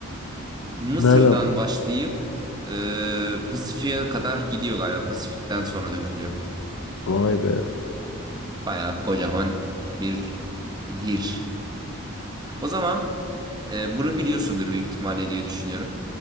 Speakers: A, on the right; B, on the left.
A: Mısır'dan
B: Nereden baktı?
A: başlayıp e, Pasifik'e kadar gidiyor galiba. Pasifik'ten sonra dökülüyor.
B: Vay be.
A: Bayağı kocaman bir nehir. O zaman e, bunu biliyorsundur büyük ihtimalle diye düşünüyorum.